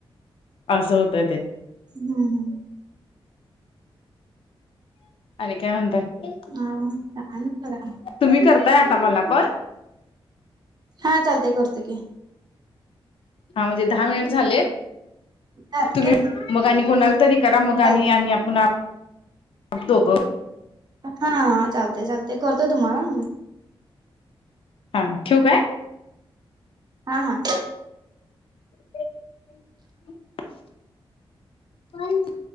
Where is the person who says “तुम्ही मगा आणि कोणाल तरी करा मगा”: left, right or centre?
Left